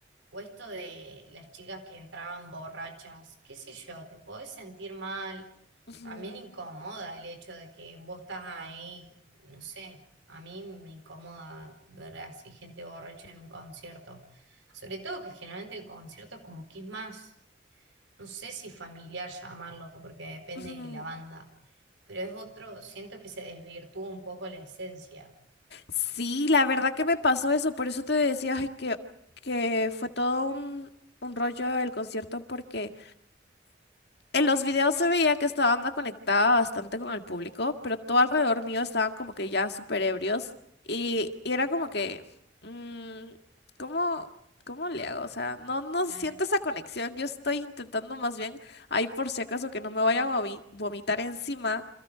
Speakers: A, on the right; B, on the left.
A: O esto de las chicas que entraban borrachas, qué sé yo, te podés sentir mal.
B: Ujú,
A: También incomoda el hecho de que vos estás ahí, no sé, a mí me incomoda ver así gente borracha en un concierto. Sobre todo que generalmente el concierto es como que es más, no sé si familiar llamarlo, porque depende
B: ujú.
A: de la banda, pero es otro, siento que se desvirtúa un poco la esencia.
B: Sí, la verdad que me pasó eso, por eso te decía ay, que, que fue todo un, un rollo el concierto porque... En los videos se veía que esta banda conectaba bastante con el público, pero todo alrededor mío estaban como que ya súper ebrios y, y era como que, mm, ¿cómo, cómo le hago? O sea, no, no
A: Claro.
B: siento esa conexión. Yo estoy intentando más bien, ahí por si acaso, que no me vaya a vomi- vomitar encima